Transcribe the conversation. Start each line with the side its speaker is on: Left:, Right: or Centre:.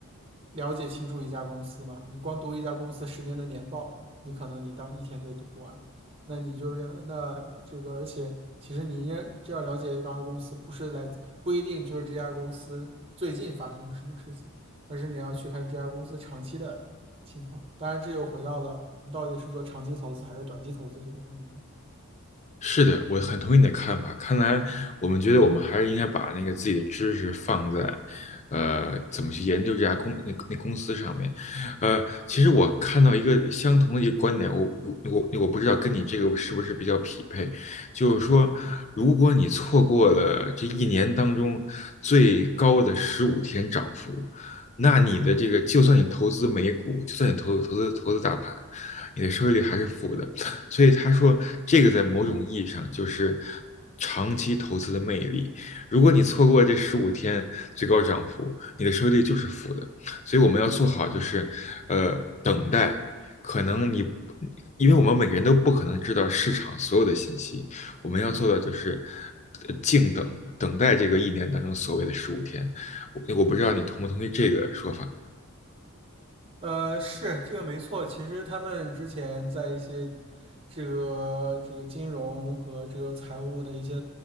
Right: 了解清楚一家公司吗？你光读一家公司十年的年报，你可能你当一天就读不完。那你就认那这个，而且其实你也这要了解一家公司，不是来不一定就是这家公司最近发生了什么事情，而是你要去看这家公司长期的情况。当然，这又回到了你到底是做长期投资还是短期投资这个问题上。
Left: 是的，我很同意你的看法。看来我们觉得我们还是应该把那个自己的知识放在，呃，怎么去研究这家公那那公司上面。呃，其实我看到一个相同的一个观点，我我我不知道跟你这个是不是比较匹配，就是说，如果你错过了这一年当中最高的十五天涨幅，那你的这个就算你投资美股，就算你投投资投资大盘，你的收益率还是负的。所以他说，这个在某种意义上就是长期投资的魅力。如果你错过这十五天最高涨幅，你的收益率就是负的。所以我们要做好就是，呃，等待。可能你，因为我们每个人都不可能知道市场所有的信息，我们要做的就是呃静等，等待这个一年当中所谓的十五天。我我不知道你同不同意这个说法。
Right: 呃，是这个没错。其实他们之前在一些这个这个金融和这个财务的一些